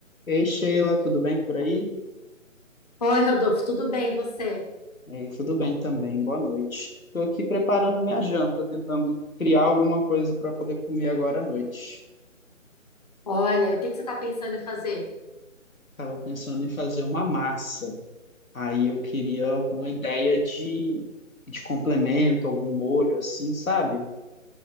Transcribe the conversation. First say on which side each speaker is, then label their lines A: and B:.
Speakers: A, on the left (about 80°); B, on the left (about 30°).
A: Ei, Sheila, tudo bem por aí?
B: Oi, Rodolfo, tudo bem e você?
A: Ei, tudo bem também, boa noite. Estou aqui preparando minha janta, tentando criar alguma coisa para poder comer agora à noite.
B: Olha, o que que você está pensando em fazer?
A: Estava pensando em fazer uma massa, aí eu queria alguma ideia de, de complemento, algum molho assim, sabe?